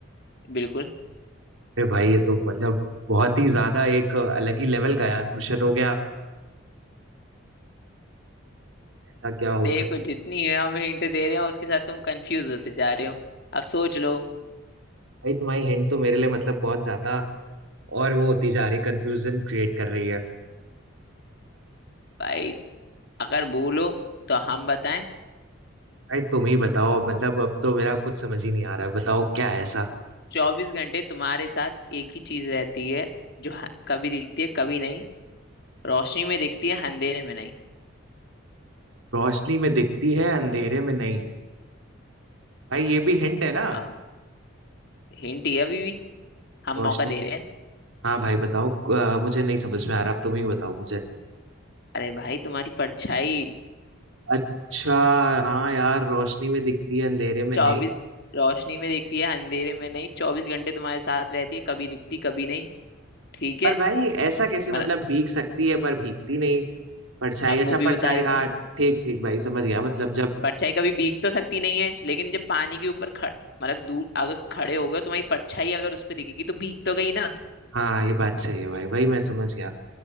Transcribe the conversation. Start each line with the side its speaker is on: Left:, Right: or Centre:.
Left: बिल्कुल
Right: अरे भाई ये तो मतलब बहुत ही ज्यादा एक अलग ही लेवल का यार क्वेश्चन हो गया ऐसा क्या हो
Left: देखो
Right: सकता है
Left: जितनी है हम हिंट दे रहे हो उसके साथ तुम कंफ्यूज होते जा रहे हो अब सोच लो
Right: भाई तुम्हारी हिंट तो मेरे लिए मतलब बहुत ज्यादा और वो होती जा रही कंफ्यूजन क्रिएट कर रही है
Left: भाई अगर बोलो तो हम बताएं
Right: भाई तुम ही बताओ मतलब अब तो मेरा कुछ समझ ही नहीं आ रहा है बताओ क्या है ऐसा
Left: चौबीस घंटे तुम्हारे साथ एक ही चीज रहती है जो ह- कभी दिखती है कभी नहीं रोशनी में दिखती है अंधेरे में नहीं
Right: रोशनी में दिखती है अंधेरे में नहीं भाई ये भी हिंट है ना
Left: अब हिंट ये अभी भी हम
Right: रोशनी
Left: मौका दे रहे हैं
Right: हाँ भाई बताओ अ, मुझे नहीं समझ में आ रहा अब तुम ही बताओ मुझे
Left: अरे भाई तुम्हारी परछाई
Right: अच्छा हाँ यार रोशनी में दिखती है अंधेरे में
Left: चौबीस
Right: नहीं
Left: रोशनी में दिखती है अंधेरे में नहीं चौबीस घंटे तुम्हारे साथ रहती है कभी दिखती कभी नहीं ठीक
Right: पर
Left: है
Right: भाई ऐसा कैसे मतलब
Left: मतलब
Right: भीग सकती है पर भीगती नहीं परछाई
Left: अब
Right: अच्छा
Left: वो भी
Right: परछाई
Left: बता देता
Right: हाँ
Left: हूँ
Right: ठीक ठीक भाई समझ गया मतलब जब
Left: परछाई कभी भीग तो सकती नहीं है लेकिन जब पानी के ऊपर खड़ मतलब दूर अगर खड़े हो गए तुम्हारी परछाई अगर उस पर दिखेगी तो भीग तो गई ना
Right: हाँ ये बात सही है भाई भाई मैं समझ गया